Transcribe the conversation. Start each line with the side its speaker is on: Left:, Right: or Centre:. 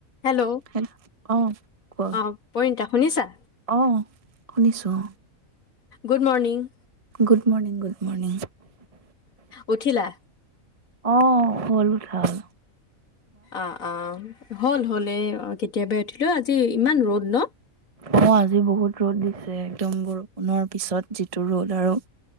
Left: Hello
Right: hello অ' কোৱা
Left: অ পৰিতা শুনিছা
Right: অ' শুনিছোঁ
Left: good morning
Right: good morning good morning
Left: উঠিলা
Right: আহ হল উঠাল
Left: আহ আহ হ'ল হ'ল এই কেতিয়াবা উঠিলো আজি ইমান ৰ'দ ন
Right: অ আজি বহুত ৰ'দ দিছে একদম বৰষুণৰ পিছত যিটো ৰ'দ আৰু